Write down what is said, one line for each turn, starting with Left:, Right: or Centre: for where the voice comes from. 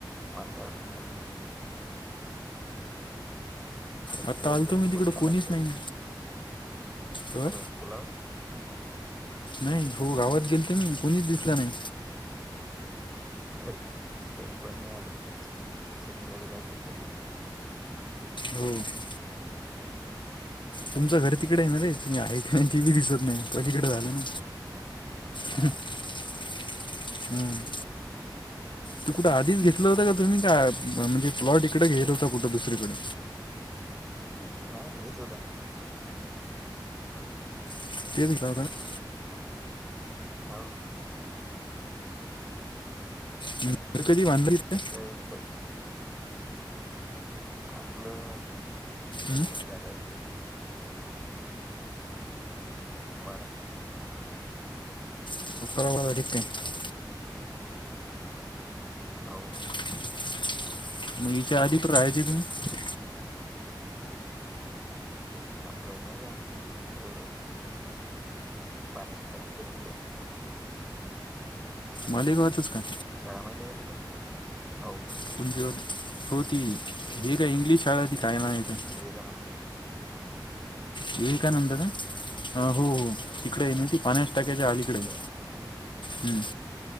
Centre: वातावरण अजून त्याॅचि
Left: आत्ता
Centre: लाईट
Left: आलतो
Centre: गेली
Left: मी
Centre: की,
Left: तिकडं
Centre: बंद करून
Left: कोणीच
Centre: टाकते अजून
Left: नाही अ
Centre: कुठं, पुलावर?
Left: नाही हो गावात गेलतो मी, कुणीच दिसला नाही.
Centre: घरी घरी कोण नाही आल सचिन दादा लायब्ररीत <unintelligible>
Left: हो <unintelligible> तुमचं घर तिकडे आहे ना रे, तुम्ही आहे का नाही तीही दिसत नाही पलीकडे झालं.
Centre: हा
Left: हम्म <unintelligible> ते कुठं आधीच घेतलं होतं का तुम्ही, काय म्हणजे प्लॉट इकडं घ्यायचा होता कुठं दुसरीकडें?
Centre: नाही रे हेच होत.
Left: <unintelligible>
Centre: ओ
Left: हम्म. घर कधी बांधलं तिथे
Centre: कस आहे इकड? बांधलं कमी
Left: हम्म?
Centre: कमी झाले असतील. बरं,
Left: <unintelligible>
Centre: हो
Left: <unintelligible> मगच्या आधी राहायची <unintelligible>
Centre: आपलं हे नाही का इकड पाण्याच्या, टाकीच्या तिकडं
Left: मालेगावात तच काय?
Centre: शाळा माहितीये का तुजी? हो.
Left: <unintelligible> होती हे काय इंग्लिश शाळा ती काय नाही आहे तरं
Centre: विवेकानंद!
Left: विवेकानंद का? हो हो तिकडे आहे ना
Centre: हम्म
Left: ती पण्यास टाक्याच्या अलीकडे
Centre: तिथं
Left: आहे. हम्म!